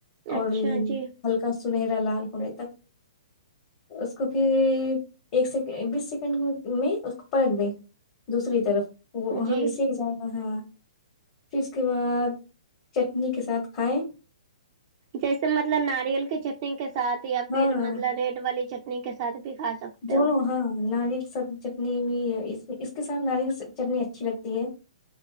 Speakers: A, on the left; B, on the right.
A: اور
B: اچھا جی
A: ہلکا سنہرا لال ہونے تک اس کو پھر ایک سیکنڈ بیس سیکنڈ میں اس کو پلٹ دیں دوسری طرف وہ وہاں
B: جی
A: بھی سیک نتا ہا پھر اس کے بعد چٹنی کے ساتھ کھائیں
B: جیسے مطلب ناریل کی چٹنی کے ساتھ یا پھر
A: ہاں
B: مطلب ریڈ والی چٹنی نی کے سھ بھی کھا سکتے
A: دونوں
B: ہو
A: ہاں ناریل ساتھ چٹنی بھی ہے اس کے ساتھ ناریل چٹنی اچھی لگتی ہے